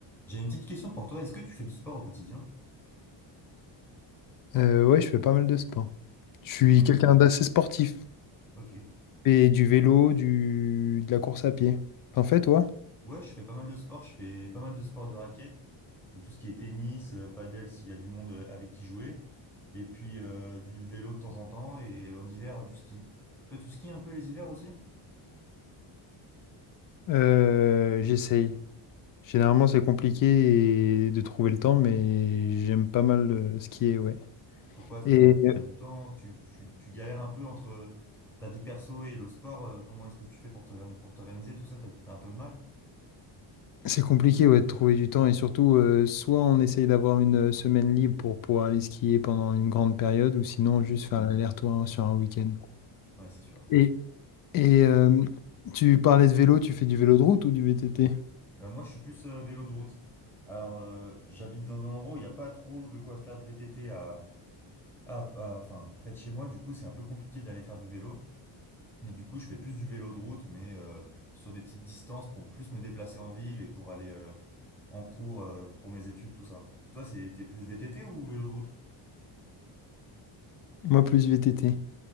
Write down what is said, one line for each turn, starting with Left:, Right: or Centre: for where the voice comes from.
Centre: J'ai une petite question pour toi. Est-ce que tu fais du sport au quotidien?
Left: Euh, ouais, je fais pas mal de sport. Je
Centre: Tu
Left: suis
Centre: fais quoi?
Left: quelqu'un d'assez sportif.
Centre: Ok.
Left: Et du vélo, du... de la course à pied. T'en fais, toi?
Centre: Ouais, je fais pas mal de sport. Je fais pas mal de sport de raquette. Donc tout ce qui est tennis, euh, padel, s'il y a du monde euh, avec qui jouer. Et puis euh, du vélo de temps en temps et euh, en hiver du ski. Toi, tu skis un peu les hivers aussi?
Left: Euh, j'essaye. Généralement, c'est compliqué et- de trouver le temps, mais j'aime pas mal euh, skier, ouais.
Centre: Pourquoi? T'as,
Left: Et euh,
Centre: t'as du temps? Tu, tu, tu galères un peu entre euh, ta vie perso et le sport. euh, Comment est-ce que tu fais pour t'organ- pour t'organiser tout ça? T'as, t'as un peu de mal?
Left: c'est compliqué, ouais, de trouver du temps. Et surtout, euh, soit on essaye d'avoir une euh, semaine libre pour pouvoir aller skier pendant une grande période, ou sinon
Centre: Ouais,
Left: juste faire l'aller-retour sur un week-end.
Centre: ouais, c'est sûr.
Left: Et, et euh, tu parlais de vélo, tu fais du vélo de route ou du VTT?
Centre: Bah, moi, je suis plus euh, vélo de route. Alors, euh, j'habite dans un endroit où il n'y a pas trop de quoi faire de VTT à, à, à- enfin, près de chez moi. Du coup, c'est un peu compliqué d'aller faire du vélo. Mais du coup, je fais plus du vélo de route, mais euh, sur des petites distances pour plus me déplacer en ville et pour aller euh, en cours euh, pour mes études, tout ça. Toi, c'est, t'es plus VTT ou vélo de route?
Left: Moi, plus VTT.